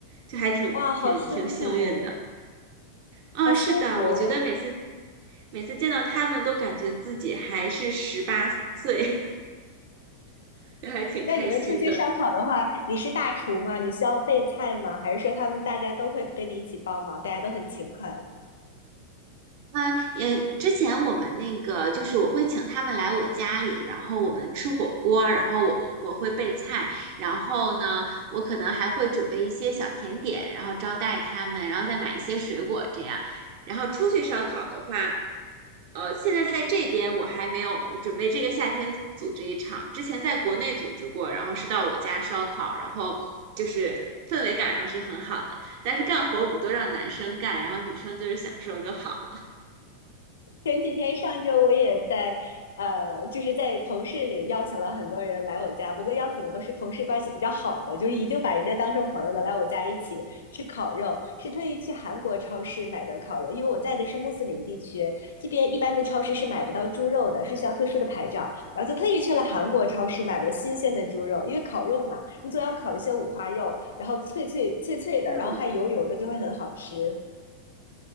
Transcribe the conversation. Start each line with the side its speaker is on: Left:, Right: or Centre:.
Right: 就还挺挺挺幸运的。
Left: 哇，好幸福，
Right: 啊，
Left: 好幸福！
Right: 是的，我觉得每次每次见到他们都感觉自己还是十八岁，<laughs> 就还挺开心的。
Left: 那你们出去烧烤的话，你是大厨吗？你需要备菜吗？还是说他们大家都会跟你一起帮忙，大家都很勤快？
Right: 嗯，也之前我们那个就是我会请他们来我家里，然后我们吃火锅，然后我们我会备菜，然后呢，我可能还会准备一些小甜点，然后招待他们，然后再买一些水果这样。然后出去烧烤的话，呃，现在在这边我还没有准备这个夏天组织一场，之前在国内组织过，然后是到我家烧烤，然后就是氛围感还是很好的，但是干活我们都让男生干，然后女生就是享受就好了。
Left: 前几天上周我也在呃，就是在同事里邀请了很多人来我家，不过邀请的都是同事关系比较好的，就是已经把人家当成朋友的来我家一起吃烤肉，是特意去韩国超市买的烤肉，因为我在的是穆斯林地区，这边一般的超市是买不到猪肉的，是需要特殊的牌照，然后就特意去了韩国超市买了新鲜的猪肉，因为烤肉嘛，你总要烤一些五花肉，然后脆脆脆脆的，
Right: 嗯，
Left: 然后还油油的，就会很好吃。